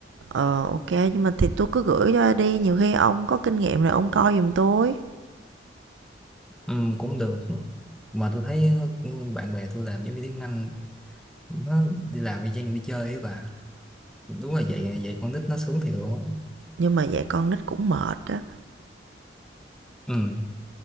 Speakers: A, on the right; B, in the centre.
A: Ờ, OK, nhưng mà thì tôi cứ gửi cho đi, nhiều khi ông có kinh nghiệm rồi ông coi giùm tôi.
B: ừ, cũng được mà tôi thấy ừ, bạn bè tôi làm giáo viên tiếng Anh nó đi làm y chang đi chơi ấy bà đúng là vậy vậy con nít nó sướng thiệt luôn á
A: Nhưng mà dạy con nít cũng mệt đó
B: ừ